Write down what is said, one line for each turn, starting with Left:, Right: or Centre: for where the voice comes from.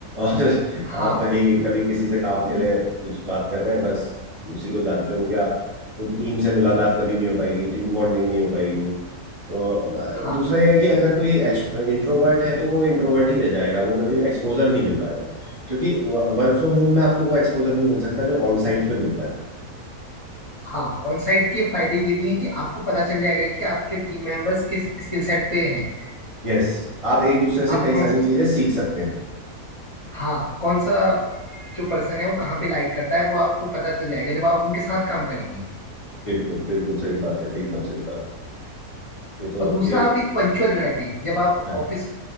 Right: और <laughs>
Left: हाँ
Right: आप कहीं कभी किसी से काम के लिए कुछ बात कर रहे हैं बस उसी को जानते होंगे आप पूरी टीम से मुलाकात कभी नहीं हो पाएगी टीम बॉन्डिंग नहीं हो पाएगी तो
Left: हाँ
Right: दूसरा यह है कि अगर कोई इंट्रोवर्ट है तो वो इंट्रोवर्ट ही रह जाएगा वो कभी एक्सपोजर नहीं मिल पाएगा क्योंकि वर्क फ्रॉम होम में आपको वो एक्सपोजर नहीं मिल सकता जो ऑन साइट पे मिलता है
Left: हाँ ऑन साइट के फायदे ये भी हैं कि आपको पता चल जाएगा कि आपके टीम मेंबर्स किस स्किल सेट पे हैं
Right: यस आप एक दूसरे से
Left: आप
Right: कई
Left: कौन
Right: सारी
Left: सा
Right: चीजें सीख सकते हैं
Left: हाँ कौन सा जो पर्सन है वो कहाँ पे लाइक करता है वो आपको पता चल जाएगा जब आप उनके साथ काम करेंगे
Right: बिल्कुल बिल्कुल सही बात है एकदम सही बात है। ये तो
Left: और दूसरा
Right: ये
Left: आप एक पंचुअल रहते हैं जब आप
Right: हाँ
Left: ऑफिस